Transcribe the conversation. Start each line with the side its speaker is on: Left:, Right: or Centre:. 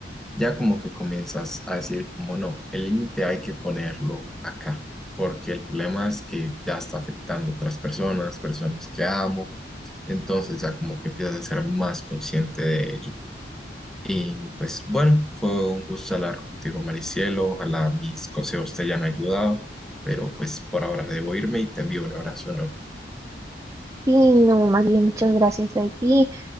Centre: ya como que comienzas a decir como no, el límite hay que ponerlo acá, porque el problema es que ya está afectando a otras personas, personas que amo, entonces ya como que empiezas a ser más consciente de ello. Y pues bueno, fue un gusto hablar contigo, Maricielo, ojalá mis consejos te hayan ayudado, pero pues por ahora debo irme y te envío un abrazo enorme.
Right: Sí, no, más bien muchas gracias a ti.